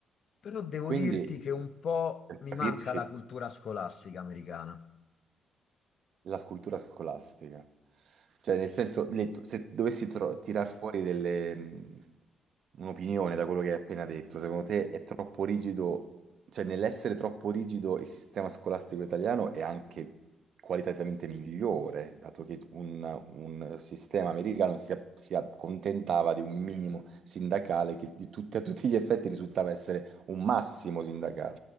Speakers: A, on the left; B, on the right.
A: Però devo
B: quindi
A: dirti che un po'
B: per
A: mi
B: capirci.
A: manca la cultura scolastica americana.
B: la cultura scolastica. Cioè, nel senso, le- se dovessi tro- tirar fuori delle, mh, un'opinione da quello che hai appena detto, secondo te è troppo rigido, cioè nell'essere troppo rigido il sistema scolastico italiano è anche qualitativamente migliore, dato che un, un sistema americano si, a- si accontentava di un minimo sindacale che di tutti, a tutti gli effetti risultava essere un massimo sindacale.